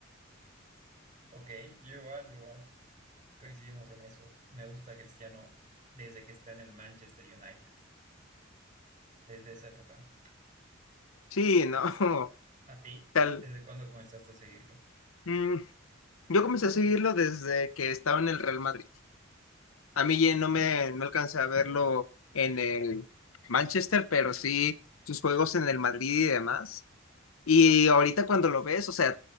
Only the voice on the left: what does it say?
sí, no, <laughs>
tal.
Mm, yo comencé a seguirlo desde que estaba en el Real Madrid. A mí ya no me no alcancé a verlo
en el Manchester, pero sí sus juegos en el Madrid y demás. Y ahorita cuando lo ves, o sea,